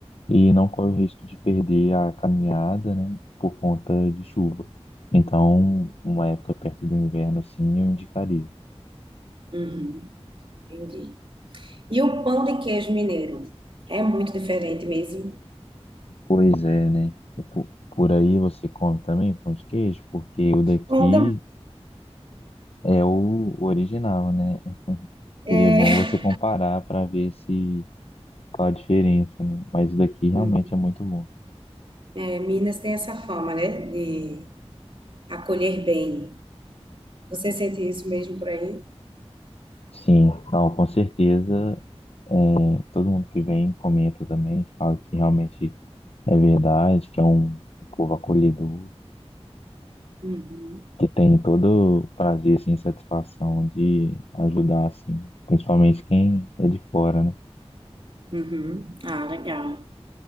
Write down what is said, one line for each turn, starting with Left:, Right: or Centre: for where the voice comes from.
Left: e não corre o risco de perder a caminhada, né, por conta de chuva. Então, uma época perto do inverno, assim, eu indicaria.
Right: uhum, entendi. E o pão de queijo mineiro é muito diferente mesmo.
Left: Pois é, né? E po- Por aí você come também pão de queijo, porque o daqui
Right: Como tam-
Left: é o o original, né?
Right: é,
Left: Seria bom você comparar para ver se qual a diferença, né? Mas o daqui realmente
Right: hum,
Left: é muito bom.
Right: é, Minas tem essa fama, né, de acolher bem. Você sente isso mesmo por aí?
Left: Sim, não, com certeza. é, Todo mundo que vem comenta também, fala que realmente é verdade, que é um um povo acolhedor,
Right: Uhum,
Left: que tem todo o prazer, assim, satisfação de ajudar, assim, principalmente quem é de fora, né?
Right: uhum. Ah, legal.